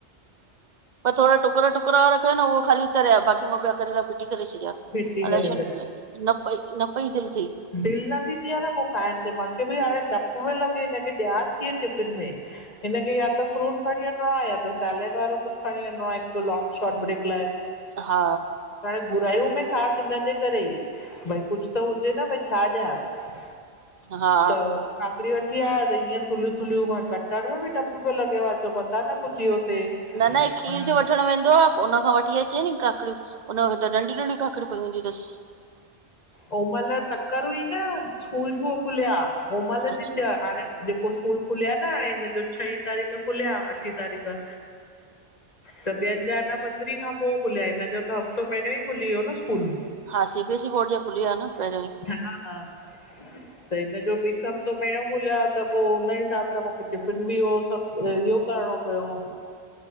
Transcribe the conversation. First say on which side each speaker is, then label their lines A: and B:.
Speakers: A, on the right; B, on the left.
A: थोरा टुकर टुकर रखियइ न उहो ख़ाली तरेया बाक़ी। मां ॿिया करेला फिटी करे छॾिया
B: फिट थी करे
A: अलाए छो न पई न पई दिल थे।
B: दिल न थींदी आहे न पो खाइण ते माखे बि हाणे उहे लॻे, इने खे ॾियास किये टिफिन में। इने खे यां त फ्रूट खॾ। खणी वेंदो आहे या त सैलेड वारो कुछ खणी वेंदो आहे हिकु लोंग शॉर्ट ब्रेक लाइ।
A: हा
B: घुरायो मे ख़ासि इनजे करे ई भई कुछ त हुजे न भई छा ॾियांसि
A: हा
B: त वठी आया त इअं थुलियूं थुलियूं कटण में बि डपु पियो लॻे आहे मता न कुछ इहो थिए
A: न न खीर
B: पर
A: जो वठणु वेंदो आहे पो उनखां वठी अचे नी काकड़ियूं। हुन वट त नंढी नंढी खाखर पई हूंदी अथसि
B: उमल तकड़ हुई न स्कूल खुलिया उमल
A: अच्छा
B: हाणे स्कूल खुलिया न हिनजा छई तारीख़ खुलिया अठीं तारीख़ त ॿयनि जा न पंद्रहीं खां पोइ खुलिया हिनजो त हफ़्तो पहिरियों ही खुली वियो न। स्कूल
A: हा सी बीएस सी बोर्ड जा खुलया न। पहिरियों
B: <unintelligible>
A: ई
B: हा त हिन भी जो हिकु हफ़्तो पहिरियों खुलिया आ त पोइ हुनई हिसाब सां मूंखे टिफ़िन बि सभु इहो करिणो।